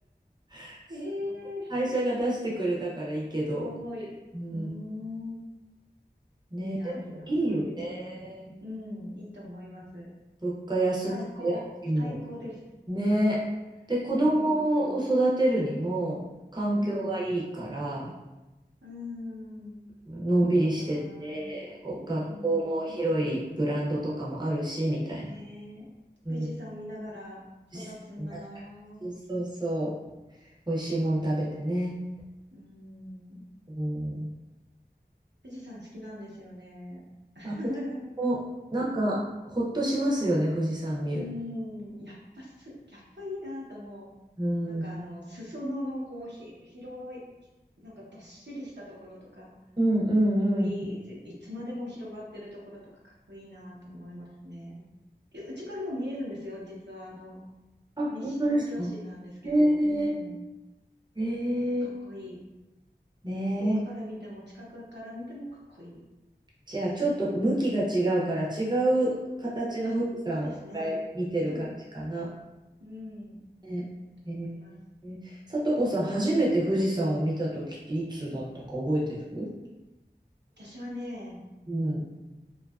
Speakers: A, on the right (about 25°); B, on the right (about 85°).
A: <laughs> その会社が出してくれたからいいけど、
B: ええー、すごい。
A: うん、
B: うーん、
A: ね、
B: いいな、
A: でもいいよね。
B: いいな。そういう人生も。うん、いいと思います。
A: 物価安くて家賃も
B: 最高、最高です。
A: ね。で、子供を育てるにも環境がいいから、
B: うーん、うん、うーん、
A: のんびりしてて、
B: そうか。
A: お学校も広いグラウンドとかもあるし、
B: うーん、
A: みたいな。
B: ねえ、
A: うん。
B: 富士山見ながら育つんだな。
A: 富士山見ながらそうそうそう。美味しいもん食べてね。
B: うーん。
A: うん。
B: 富士山好きなんですよね。<laughs>
A: あ、お、なんか、ほっとしますよね、富士山見る。
B: うーん、やっぱす、やっぱいいなと思う。
A: うん。
B: なんかあの、
A: う
B: 裾野のこう、ひ、広い、ひなんかどっしりしたところとか、かっ
A: んうんうん。
B: こいいし、いつまでも広がってるところとかかっこいいなと思いますね。えうちからも見えるんですよ、実はあの、
A: あ、
B: 西東京市なんですけど、
A: 本当ですか。へえ、
B: うん、
A: へえ、
B: かっこいい。
A: ねえ。
B: 遠くから見ても近くから見てもかっこいい。
A: じゃあ、ちょっと向きが違うから、違う形の富士山を一回見てる感じかな。
B: あ、そうですね。そう、うん、
A: ねえ
B: 思います。
A: ー、さとこさん、初めて富士山を見たときっていつだったか覚えてる
B: 私はね、
A: うん。